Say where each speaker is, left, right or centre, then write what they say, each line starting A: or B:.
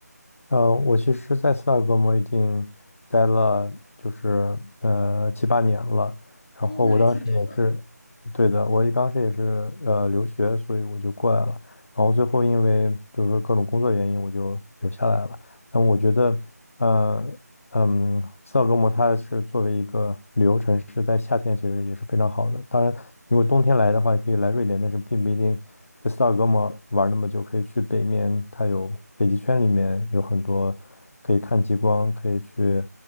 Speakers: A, on the left; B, on the left.
A: 呃，我其实，在斯德哥尔摩已经待了，就是呃七八年了。然后我当时也是，
B: 哦，那还挺久的。
A: 对的，我一当时也是呃留学，所以我就过来了。然后最后因为就是各种工作原因，我就留下来了。但我觉得，呃。嗯，斯德哥摩它是作为一个旅游城市，在夏天其实也是非常好的。当然，如果冬天来的话，也可以来瑞典，但是并不一定在斯德哥摩玩那么久。可以去北面，它有北极圈，里面有很多可以看极光，可以去